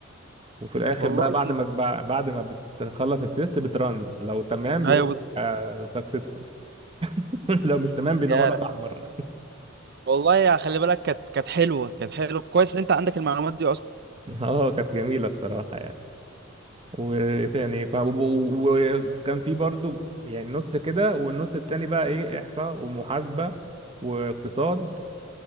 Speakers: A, on the right; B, on the right.
A: وفي الاخر
B: والله
A: بقى بعد ما بع- بعد ما بتخلص التيست بترن لو تمام بيقول
B: ايوه
A: لك سكسسفول <laughs> لو مش تمام بينور
B: يا
A: لك احمر
B: والله يا خلي بالك كانت كانت حلوه كانت حلوه كويس ان انت عندك المعلومات دي اصلا
A: <laughs> اه كانت جميله بصراحه يعني وتاني ف- وب- و- وكان في برضو يعني نص كده والنص التاني بقى ايه احصاء ومحاسبه واقتصاد